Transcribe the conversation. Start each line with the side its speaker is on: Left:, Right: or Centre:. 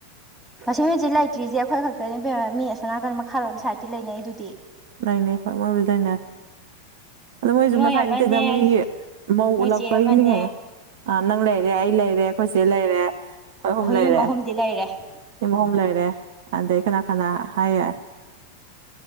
Centre: ꯃꯁꯤ ꯍꯧꯖꯤꯛ ꯂꯩꯇ꯭ꯔꯤꯁꯦ ꯑꯩꯈꯣꯏ ꯈꯛꯇꯅꯦ ꯄ ꯃꯤ ꯑꯁꯣ ꯅꯥꯀꯟ ꯃꯈꯥꯔꯣꯝ ꯁꯥꯏꯠꯇꯤ ꯂꯩꯅꯩ ꯑꯗꯨꯗꯤ
Right: ꯅꯦ ꯍ ꯃꯣꯏ ꯗꯥꯏꯅꯦ ꯑꯗ ꯃꯣꯏꯁꯨ
Centre: ꯅꯣꯏ
Right: ꯃꯁꯥꯏ
Centre: ꯑꯃꯅꯦ
Right: ꯅꯠꯇꯦꯗ ꯃꯣꯏꯒꯤ ꯃꯧ
Centre: ꯅꯣꯏ
Right: ꯎꯠꯂꯛꯄꯒꯤꯅꯤ
Centre: ꯆꯦ ꯑꯃꯅꯦ
Right: ꯀꯩꯅꯣ ꯑ ꯅꯪ ꯂꯩꯔꯦ ꯑꯩ ꯂꯩꯔꯦ ꯑꯩꯣꯏꯆꯦ ꯂꯩꯔꯦ ꯑꯩꯈꯣꯏ ꯑꯍꯨꯝ ꯂꯩꯔꯦ
Centre: ꯌꯨꯝ ꯑꯍꯨꯝꯗꯤ ꯂꯩꯔꯦ
Right: ꯃꯤ ꯑꯍꯨꯝ ꯂꯩꯔꯦ ꯑꯗꯩ ꯀꯅꯥ ꯀꯅꯥ ꯍꯥꯏꯌꯦ